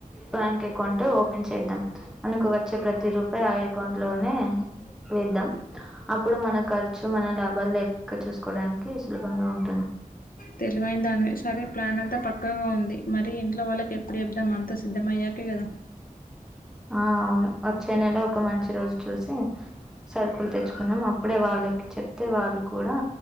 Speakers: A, in the centre; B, on the left.
A: బ్యాంక్ అకౌంట్ ఓపెన్ చేద్దాం మనకు వచ్చే ప్రతి రూపాయి ఆ అకౌంట్ లోనే వేద్దాం అప్పుడు మన ఖర్చు మన లాభాలు లెక్క చూసుకోవడానికి సులభంగా ఉంటుంది
B: తెలివైన దానివే సరే ప్లాన్ అంతా పక్కాగా ఉంది మరి ఇంట్లో వాళ్ళకి ఎప్పుడు చెప్దాం అంతా సిద్ధం అయ్యాకే కదా
A: ఆ అవును వచ్చే నెల ఒక మంచి రోజు చూసి సరుకులు తెచ్చుకున్నాం అప్పుడే వాళ్ళకి చెప్తే వాళ్ళు కూడా